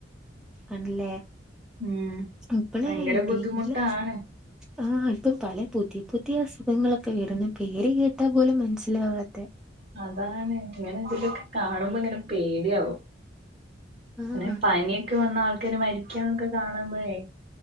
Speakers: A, in the centre; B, on the right (about 45°).
A: ആണല്ലേ
B: ഉം
A: ഇപ്പളെ
B: ഭയങ്കര ബുദ്ധിമുട്ടാണ്
A: <inaudible> ആഹ് ഇപ്പം പല പുതിയ പുതിയ അസുഖങ്ങളൊക്കെ വരുന്ന പേര് കേട്ടാൽ പോലും മനസ്സിലാവാത്തെ.
B: അതാണ് ഇങ്ങനെ ഇതിലൊക്കെ കാണുമ്പോ ഇങ്ങനെ പേടിയാവും.
A: ആഹ്
B: ങ്ങനെ പനിയൊക്കെ വന്ന് ആൾക്കാര് മരിക്കണതോക്കെ കാണുമ്പോഴേ